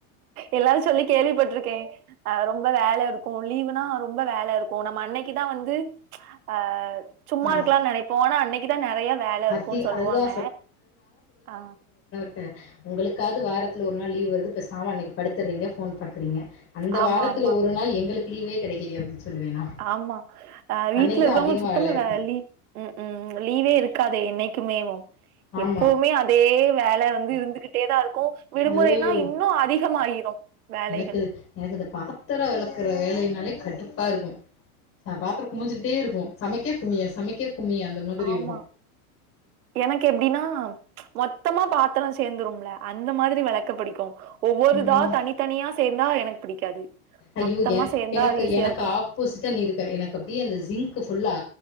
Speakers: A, on the right; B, on the left.
A: எல்லாரு சொல்லி கேள்விப்பட்ருக்கே அ ரொ ம்ப வேல இருக்கு லீவுனா ரொம்ப வேல இருக்கு நம்ம அன்னைக்குதா வந்து ஆ சும்மா
B: ஆமா
A: இருக்குலான் நெனைப்போ ஆனா அன்னைக்குதா நெறையா வேல
B: அதி
A: இருக்குன் சொல்லுவாங்க
B: அதுதா
A: ஆ
B: இப்ப உங்களுக்காது வாரத்துல ஒரு நாள் லீவ் வருது பெசாம அன்னைக்கு படுத்துர்றீங்க ஃபோன் பாக்குறீங்க அந்த
A: ஆமா
B: வாரத்துல
A: ஆமா
B: ஒரு நாள் எங்களுக்கு லீவே கெடைக்கிலியே அப்டின் சொல்லுவே நா
A: ஆமா அ
B: அன்னைக்குதா
A: வீட்ல இருக்றவ்ங்க
B: அதிகமா
A: சுத்தமா
B: இருக்கு
A: வேல லீ ம் ம் லீவே இருக்காதே என்னைக்குமேவு
B: ஆமா
A: எப்போமே அதே வேல வ ந்து இருந்துகிட்டேதா இருக்கு விடுமுறைனா
B: ஐயயோ
A: இன்னு அதிகமாயிரு வேலைகள்
B: எனக்கு எனக்கு இந்த பாத்திரோ வெளக்குற வேலைனாலே கடுப்பா இருக்கு அ பாத்திரோ குமிஞ்சுகிட்டே இருக்கு சமைக்க குமிய சமைக்க குமிய அந்த மாதிரி
A: ஆமா
B: இருக்கு
A: எனக்கு எப்டினா மொத்தமா பாத்திரோ சேந்துரும்ல அந்த மாதிரி வெளக்க பிடிக்கு ஒவ்வொரு
B: ம்
A: இதா தனித்தனியா சேந்தா எனக் பிடிக்காது
B: ஐயோ
A: மொத்தமா
B: ஏ
A: சேந்தா
B: எனக்கு
A: அது ஈஸியா
B: எனக்கு
A: இருக்கு
B: ஆப் ஆப்போசிட்டா நீ இருக்க எனக்கு அப்டியே அந்த ஜிங்க்கு ஃபுல்லா